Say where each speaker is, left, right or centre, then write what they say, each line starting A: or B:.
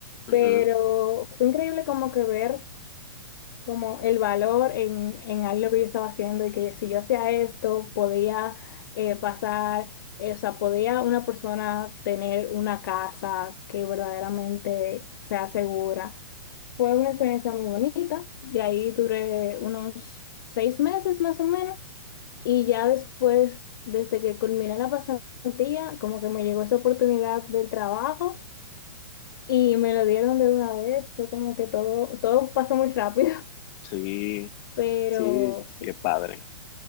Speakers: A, on the left; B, on the left.
A: pero
B: Ujú.
A: fue increíble como que ver como el valor en, en algo que yo estaba haciendo y que si yo hacía esto, podía eh, pasar, eh, o sea, podía una persona tener una casa que verdaderamente sea segura fue una experiencia muy bonita. De ahí duré unos seis meses más o menos. Y ya después, desde que culminé la pasantía, como que me llegó esa oportunidad del trabajo y me lo dieron de una vez. Fue como que todo, todo pasó muy rápido. <laughs>
B: Sí,
A: Pero
B: sí,
A: sí,
B: qué padre.